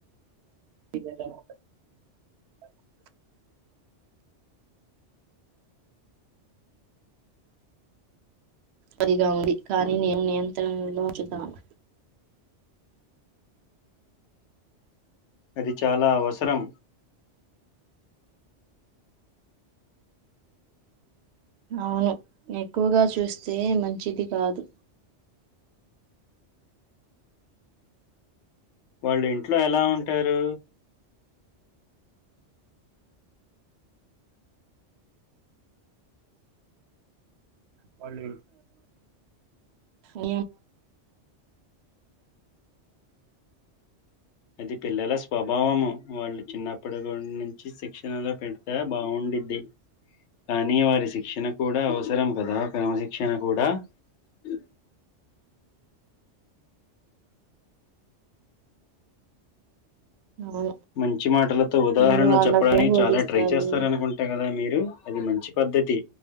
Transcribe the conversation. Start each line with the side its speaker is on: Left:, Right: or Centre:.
Right: చ అదిగా ఉంది కానీ నేను నియంత్రణలో చుతాను
Left: అది చాలా అవసరం
Right: అవును ఎక్కువగా చూస్తే మంచిది కాదు
Left: వాళ్ళు ఇంట్లో ఎలా ఉంటారు
Right: వా ఇ <inaudible>
Left: అది పిల్లల స్వభావము వాళ్ళు చిన్నప్పటి నుంచి శిక్షణలో పెడితే బాగుండిద్డి కానీ వారి శిక్షణ కూడా అవసరం కదా క్రమశిక్షణ కూడా అ
Right: అవును
Left: మంచి మాటలతో ఉదాహరణలు
Right: మీరు వాళ్ళకి
Left: చెప్పడానికి
Right: బోధిస్తారు
Left: చాలా ట్రై చేస్తారనుకుంటే కదా మీరు అది మంచి పద్ధతి